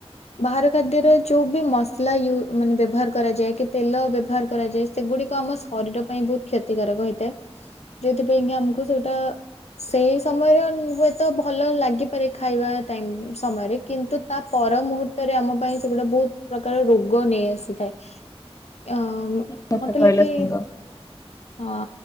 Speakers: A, on the left; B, on the left.
A: ବାହାର ଖାଦ୍ୟର ଯୋଉ ବି ମସଲା ୟ ମାନେ ବ୍ୟବହାର କରାଯାଏ କି ତେଲ ବ୍ୟବହାର କରାଯାଏ ସେଗୁଡିକ ଆମ ଶରୀର ପାଇଁ ବହୁତ କ୍ଷତିକାରକ ହେଇଥାଏ ଯଉଥିପାଇଁ କି ଆମକୁ ସେ ତ ସେଇ ସମୟରେ ହୁଏତ ଭଲ ଲାଗିପାରେ ଖାଇବା ଟାଇ ସମୟରେ କିନ୍ତୁ ତା ପର ମୁହୂର୍ତ୍ତରେ ଆମ ପାଇଁ ସେଗୁଡା ବହୁତ ପ୍ରକାର ରୋଗ ନେଇ ଆସିଥାଏ ଅ
B: ଠିକ କଥା
A: ମତେ
B: କହିଲ
A: ଲଖି
B: ସାଙ୍ଗ
A: ହଁ